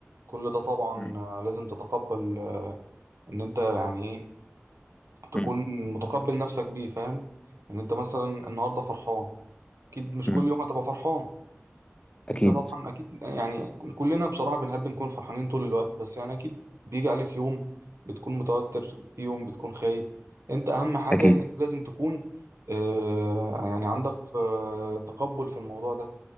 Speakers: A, on the right; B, on the left.
A: كل ده طبعا
B: مم.
A: آه، لازم تتقبل آه، ان انت يعني ايه تكون
B: مم.
A: متقبل نفسك بيه فاهم يعني انت مثلا النهاردة فرحان اكيد مش
B: مم.
A: كل يوم هتبقى فرحان
B: اكيد
A: انت طبعا اكيد يعني كلنا بصراحة بنحب نكون فرحانين طول الوقت بس يعني اكيد بيجي عليك يوم بتكون متوتر في يوم بتكون خايف انت اهم حاجة
B: اكيد
A: ان انت لازم تكون آه يعني عندك آه تقبل في الموضوع ده